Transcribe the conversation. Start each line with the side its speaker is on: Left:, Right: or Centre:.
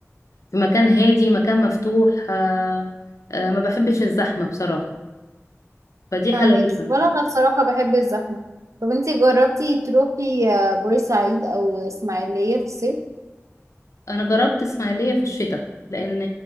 Left: في مكان هادي مكان مفتوح آه، آه، ما بحبش الزحمة بصراحة فدي
Right: فاهمك
Left: حلاوتها
Right: ولا انا بصراحه بحب الزحمه طب انتي جربتي تروحي آه، بورسعيد او اسماعيليه في الصيف
Left: أنا جربت إسماعيلية في الشتاء لأن